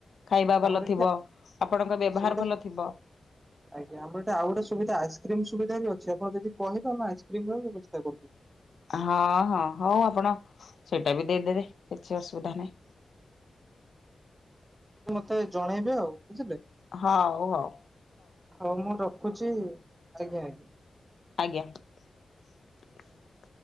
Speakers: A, on the left; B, on the right.
A: ଖାଇବା ଭଲ
B: ଆମର
A: ଥିବ
B: ଏଠି
A: ଆପଣଙ୍କ ବ୍ୟବହାର
B: ଆଉ ଗୋଟେ
A: ଭଲ ଥିବ।
B: ଆଜ୍ଞା ଆମ ଏଇଟ ଆଉ ଗୋଟେ ସୁବଧା ଆଇସ୍କ୍ରି ସୁବଧ ବି ଅଛି ଆପଣ ଯଦି କହିବେ ଆମେ ଆଇସ୍କ୍ରିମ ର ବ୍ୟବସ୍ଥା କରିଦବୁ।
A: ହଁ- ହଁ- ହୋଉ ଆପଣ ସେଇଟା ବି ଦେଇଦେବେ କିଛି ଅସୁବିଧା ନାହିଁ ।
B: ମତେ ଜଣେଇବେ ଆଉ । <unintelligible>
A: ହଉ ହଉ
B: ହଉ ମୁଁ ରଖୁଛି ଆଜ୍ଞା ଆଜ୍ଞା ।
A: ଆଜ୍ଞା ।